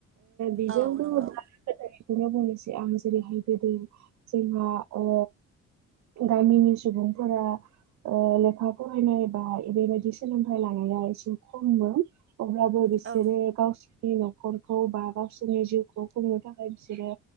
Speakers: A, on the right; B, on the right.
A: बेजों
B: औ
A: बुङोब्ला
B: नंगौ
A: गोदो बेखौनो बुंनोसै आं जेरैहाय गोदो जोंहा ओ गामिनि सुबुंफोरा लेखा फरायनाय बा बेबायदि सोलोंथायाइ लानाया एसे खममोन। अब्लाबो बिसोरो
B: औ
A: गावसि न'खरखौ बा गावसोरनि जिउखौ खुंनो थाखाय बिसोरो